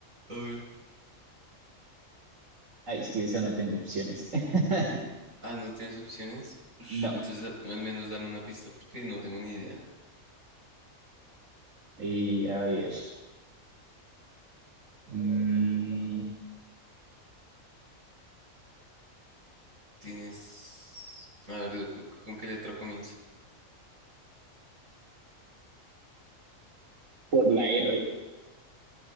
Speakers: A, on the right (about 90°); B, on the right (about 70°).
A: a ver.
B: Ay, es que esa no tengo opciones. <laughs>
A: Ah, ¿no tienes opciones? Ush,
B: No.
A: entonces al al menos dame una pista porque no tengo ni idea.
B: Eh, a ver. mm,
A: Tienes... A ver, ¿con con qué letra comienza?
B: por la R.